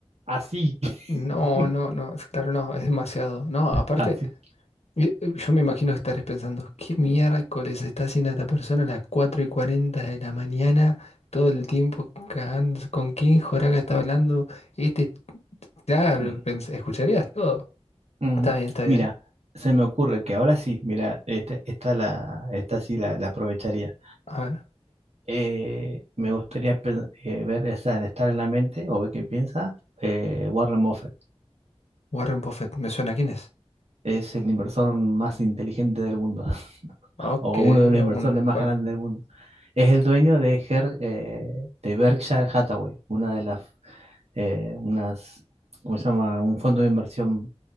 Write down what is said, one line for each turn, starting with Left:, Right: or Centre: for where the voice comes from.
Right: así. <laughs>
Left: No, no, no, es claro, no, es demasiado. No, aparte,
Right: Así.
Left: eh, eh, yo me imagino estar pensando, ¿qué miércoles está haciendo esta persona a las 4 y 40 de la mañana? Todo el tiempo, cagando- ¿con quién Joraga está hablando? Este, claro,
Right: Mm,
Left: pens- escucharías todo.
Right: ujú.
Left: Está bien, está
Right: Mira,
Left: bien.
Right: se me ocurre que ahora sí, mira, esta, esta, la, esta sí la, la aprovecharía.
Left: A ver,
Right: Eh, me gustaría pen- eh, ver esa, estar en la mente o ver qué piensa eh, Warren Buffett.
Left: Warren Buffett, ¿me suena quién es?
Right: Es el inversor más inteligente del mundo.
Left: Ok,
Right: o uno de los
Left: a
Right: inversores
Left: uno de los mejores.
Right: más grandes del mundo. Es el dueño de, Her- eh, de Berkshire Hathaway, una de las, eh, unas, ¿cómo se llama? Un fondo de inversión